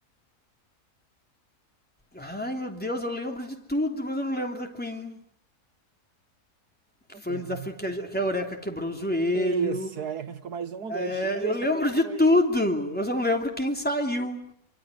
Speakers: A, in the centre; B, on the right.
A: Ai, meu Deus, eu lembro de tudo, mas eu não lembro da Queen. Que
B: Uma
A: foi
B: pena.
A: um desafio que a, que a Eureka quebrou o joelho.
B: Isso, aí ela ficou mais um ou
A: É,
B: dois dias,
A: eu lembro
B: depois foi.
A: de tudo. Eu só não lembro quem saiu.